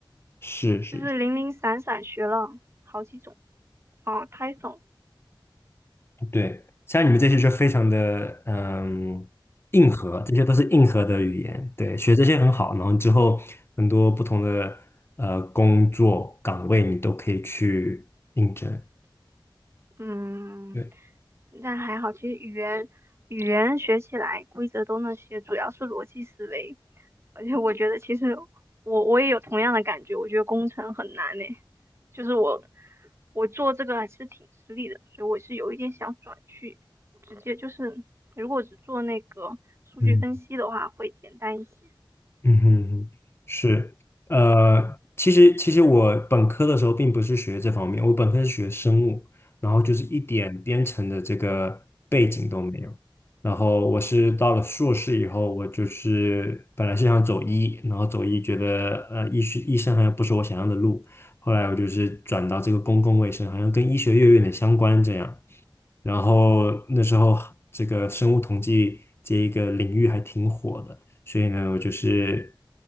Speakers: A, on the left (about 30°); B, on the right (about 30°).
A: 是是，
B: 就是零零散散学了好几种。啊 p y t h o n
A: 对，像你们这些就非常的嗯硬核，这些都是硬核的语言。对，学这些很好，然后之后很多不同的呃工作岗位你都可以去应征。
B: 嗯，
A: 对，
B: 但还好，其实语言语言学起来规则都那些，主要是逻辑思维。而且我觉得其实我我也有同样的感觉，我觉得工程很难呢，就是我我做这个还是挺吃力的，所以我是有一点想转去，直接就是如果只做那个数据分析的话会简单一些。
A: 嗯。嗯哼，是，呃，其实其实我本科的时候并不是学这方面，我本科是学生物，然后就是一点编程的这个背景都没有。然后我是到了硕士以后，我就是本来是想走医，然后走医觉得呃医学医生好像不是我想要的路，后来我就是转到这个公共卫生，好像跟医学院有点相关这样。然后那时候这个生物统计这一个领域还挺火的，所以呢，我就是